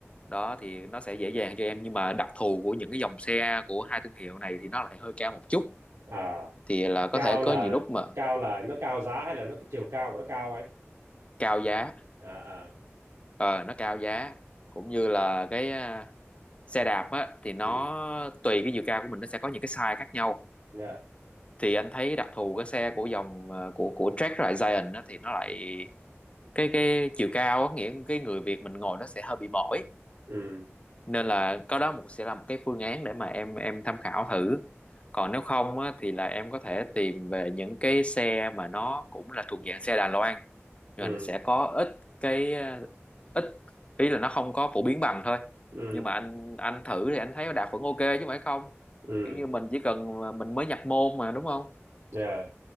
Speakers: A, on the left (about 25°); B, on the right (about 90°).
A: đó thì nó sẽ dễ dàng cho em nhưng mà đặc thù của những cái dòng xe của hai thương hiệu này thì nó lại hơi cao một chút
B: À,
A: thì là
B: cao
A: có thể có
B: là
A: nhiều lúc mà
B: cao là nó cao giá hay là nó cái chiều cao của nó cao anh?
A: cao giá
B: À à,
A: ờ nó cao giá cũng như là cái à, xe đạp á thì nó
B: ừ,
A: tùy cái chiều cao của mình nó sẽ có những cái size khác nhau
B: dạ.
A: thì anh thấy đặc thù cái xe của dòng à, của của Track với lại Giant á, thì nó lại cái cái chiều cao á nghĩa cái người Việt mình ngồi nó sẽ hơi bị mỏi
B: Ừ,
A: nên là có đó một sẽ là một cái phương án để mà em em tham khảo thử còn nếu không á, thì là em có thể tìm về những cái xe mà nó cũng là thuộc dạng xe Đài Loan
B: ừ,
A: rồi nó sẽ có ít cái ờ, ít ý là nó không có phổ biến bằng thôi
B: ừ,
A: nhưng mà anh anh thử thì anh thấy nó đạt vẫn ok chứ phải không
B: ừ,
A: kiểu như mình chỉ cần mình mới nhập môn mà đúng không
B: dạ.